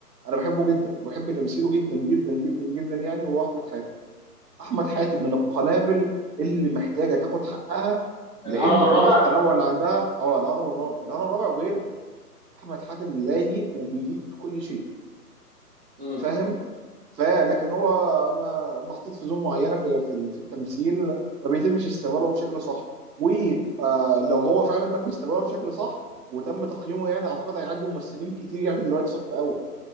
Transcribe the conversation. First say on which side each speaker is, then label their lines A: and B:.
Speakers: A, on the right; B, on the right.
A: انا بحبه جدا وبحب تمثيله جدا جدا جدا جدا يعني وهو احمد حاتم احمد حاتم من القنابل اللي محتاجه تاخد حقها لان
B: الهرم الرابع
A: كميه التنوع اللي عندها اه الهرم الرابع الهرم الرابع وغيره احمد حاتم لايق وبيليق في كل شيء
B: امم
A: فاهم فلكن هو ما محطوط في زون معينه في في, في التمثيل ما بيتمش استغلاله بشكل صح ولو هو فعلا تم استغلاله بشكل صح وتم تقييمه يعني اعتقد هيعدي ممثلين كتير يعني دلوقتي صف اول